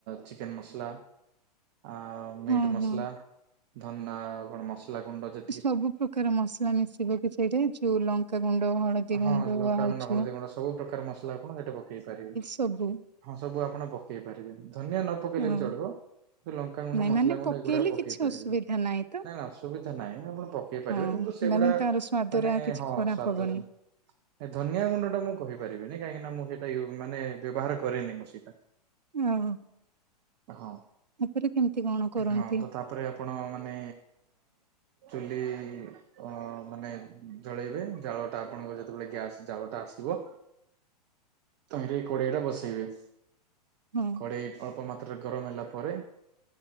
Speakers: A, on the right; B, on the right.
A: ଚିକେନ୍‌ ମସଲା ଆ ମିଟ୍
B: ହଁ
A: ମସଲା
B: ହଁ
A: ଧନା କଣ ମସଲା ଗୁଣ୍ଡ ଯେ
B: ସବୁ ପ୍ରକାର ମସଲା ମିଶିବିକି ସେଇଠି ଯୋଉ ଲଙ୍କାଗୁଣ୍ଡ, ହଳଦୀ
A: ହଁ
B: ଗୁଣ୍ଡ,
A: ଲଙ୍କାଗୁଣ୍ଡ
B: ଆଉ ଯୋ
A: ହଳଦୀ ଗୁଣ୍ଡ ସବୁ ପ୍ରକାର ମସଲା ଆପଣ ହେଠେ ପକେଇ ପାରିବେ
B: ସବୁ
A: ହଁ ସବୁ ଆପଣ ପକେଇ ପାରିବେ ଧନିଆ ନ ପକେଇଲେ
B: ହଁ
A: ବି ଚଳିବ ସେ ଲଙ୍କାଗୁଣ୍ଡ,
B: ନାଇଁ
A: ମସଲା
B: ମାନେ
A: ଗୁଣ୍ଡ,
B: ପକେଇଲେ
A: ଏଗୁଡ଼ାକ ପକେଇ
B: କିଛି
A: ପାରିବେ,
B: ଅସୁବିଧା ନାହିଁ ତ
A: ନା ସୁବିଧା ନାହିଁ ଆପଣ ପକେଇ ପାରିବେ
B: ହଁ
A: କିନ୍ତୁ ସେଗୁଡା
B: ମାନେ ତାର ସ୍ଵାଦରେ
A: ମାନେ
B: ଆଉ କିଛି
A: ହଁ
B: ଖରାପ
A: ସ୍ଵାଦରେ
B: ହବନି।
A: ଏ ଧନିଆ ଗୁଣ୍ଡ ଟା ମୁଁ କହିପାରିବିନି କାହିଁକିନା ମୁଁ ସେଇଟା ୟୁ ମାନେ ବ୍ୟବହାର କରେନି ମୁଁ ସେଇଟା।
B: ଅହ
A: ହଁ
B: ତାପରେ କେମିତି କଣ କରନ୍ତି?
A: ହଁ ତ ତାପରେ ଆପଣ ମାନେ ଚୁଲି ଅ ମାନେ ଜଳେଇବେ ଜାଳଟା ଆପଣଙ୍କ ଯେତେବେଳେ ଗ୍ୟାସ୍ ଜାଳଟା ଆସିବ ତହିଁରେ ଏଇ କଡ଼େଇଟା ବସେଇବେ।
B: ହଁ
A: କଡ଼େଇ ଅଳ୍ପ ମାତ୍ରାରେ ଗରମ ହେଲା ପରେ